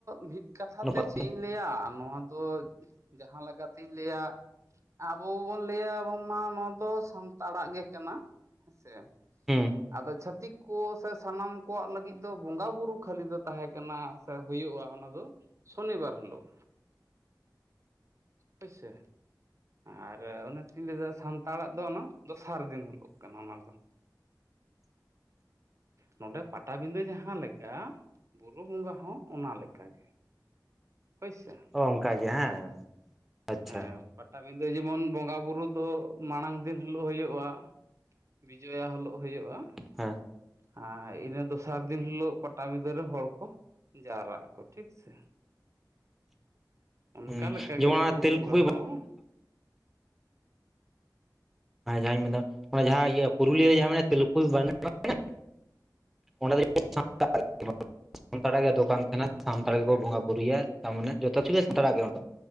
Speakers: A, on the right; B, in the centre.
A: ᱢᱤᱫ ᱠᱟᱛᱷᱟ
B: ᱚᱱᱟ
A: ᱛᱮ
B: ᱯᱟᱛᱟ
A: ᱪᱮᱜ
B: ᱫᱚ
A: ᱤᱧᱼᱼ ᱞᱟᱹᱭᱟ, ᱱᱚᱣᱟ ᱫᱚ ᱡᱟᱦᱟᱸ ᱞᱮᱠᱟ ᱛᱤᱧ ᱞᱟᱹᱭᱟᱼᱼ ᱟᱵᱚ ᱵᱚᱱ ᱞᱟᱹᱭᱟ ᱵᱟᱝᱢᱟ ᱱᱚᱣᱟ ᱫᱚ ᱥᱟᱱᱛᱟᱲᱟᱜ ᱜᱮ ᱠᱟᱱᱟ, ᱦᱮᱸᱥᱮᱼᱼ
B: ᱦᱩᱸ
A: ᱟᱫᱚ ᱪᱷᱟᱹᱛᱤᱠ ᱠᱚ ᱥᱮ ᱥᱟᱱᱟᱢ ᱠᱚᱣᱟᱜ ᱞᱟᱹᱜᱤᱫ ᱫᱚ ᱵᱚᱸᱜᱟ ᱵᱩᱨᱩᱳ ᱠᱷᱟᱹᱞᱤ ᱫᱚ ᱛᱟᱦᱮᱸᱼᱼ ᱠᱟᱱᱟ, ᱥᱮ ᱦᱩᱭᱩᱜ-ᱟ ᱚᱱᱟ ᱫᱚ ᱥᱚᱱᱤᱵᱟᱨ ᱦᱤᱞᱳᱜᱼᱼ ᱦᱳᱭᱥᱮ ᱟᱨ ᱚᱱᱟᱛᱤᱧ ᱞᱟᱹᱭᱫᱟ ᱥᱟᱱᱛᱟᱲᱟᱜ ᱫᱚ ᱚᱱᱟ ᱫᱚᱥᱟᱨ ᱫᱤᱱ ᱦᱤᱞᱳ ᱠᱟᱱᱟ ᱚᱱᱟ ᱫᱚ,
B: <inaudible>
A: ᱱᱚᱸᱰᱮ ᱯᱟᱴᱟᱵᱤᱸᱫᱟᱹ ᱡᱟᱦᱟᱸ ᱞᱮᱠᱟ, ᱵᱩᱨᱩ ᱵᱚᱸᱜᱟ ᱦᱚᱸ ᱚᱱᱟ ᱞᱮᱠᱟᱜᱮ᱾ ᱦᱳᱭ ᱥᱮ,
B: ᱚ ᱚᱱᱠᱟ ᱜᱮ, ᱦᱮᱸ? ᱟᱪᱪᱷᱟ
A: ᱦᱮ, ᱯᱟᱴᱟᱵᱤᱫᱟᱹ ᱡᱮᱢᱚᱱ ᱵᱚᱸᱜᱟ ᱵᱩᱨᱩ ᱫᱚ ᱢᱟᱲᱟᱝ ᱫᱤᱱ ᱦᱤᱞᱳᱜ ᱦᱩᱭᱩᱜ-ᱟ, ᱵᱤᱡᱚᱭᱟ ᱦᱳᱞᱚᱜ ᱦᱩᱭᱩᱜ-ᱟ᱾
B: ᱦᱮᱸ
A: ᱟᱸ ᱤᱱᱟᱹ ᱫᱚᱥᱟᱨ ᱫᱤᱱ ᱦᱤᱞᱳᱜ ᱯᱟᱴᱟᱵᱤᱸᱫᱟᱹ ᱨᱮ ᱦᱚᱲ ᱠᱚᱼᱼ ᱡᱟᱣᱨᱟᱜ ᱟᱠᱚ ᱴᱷᱤᱠ ᱥᱮ,
B: <inaudible>
A: ᱚᱱᱠᱟ ᱞᱮᱠᱟᱜᱮ
B: ᱡᱮᱢᱚᱱ
A: ᱵᱩᱨᱩ
B: ᱚᱱᱟ ᱛᱮᱞᱠᱩᱯᱤ
A: ᱵᱚᱸᱜᱟ ᱦᱚᱸᱼᱼ
B: ᱟᱸ ᱡᱟᱦᱟᱸᱧ ᱢᱮᱱᱫᱟ ᱚᱱᱟ ᱡᱟᱦᱟᱸ ᱤᱭᱟᱹ ᱯᱩᱨᱩᱞᱤᱭᱟᱹ ᱨᱮ ᱡᱟᱦᱟᱸ ᱢᱮᱱᱟᱜ-ᱟ ᱛᱤᱞᱠᱩᱯᱤ ᱵᱟᱨᱱᱤ ᱜᱷᱟᱴ ᱡᱟᱦᱟ ᱢᱮᱱᱟᱜ-ᱟᱼᱼ ᱚᱸᱰᱮ ᱫᱚ <unintelligible> ᱥᱟᱱᱛᱟᱲᱟᱜ ᱜᱮ ᱫᱚᱠᱟᱱ ᱛᱟᱦᱮᱸᱱᱟ, ᱥᱟᱱᱛᱟᱲ ᱜᱮᱠᱚ ᱵᱚᱸᱜᱟ-ᱵᱩᱨᱩᱭᱟ ᱛᱟᱢᱟᱱᱮ ᱡᱚᱛᱚ ᱠᱤᱪᱷᱩ ᱜᱮ ᱥᱟᱱᱛᱟᱲ-ᱟᱜ ᱜᱮ ᱚᱰᱮ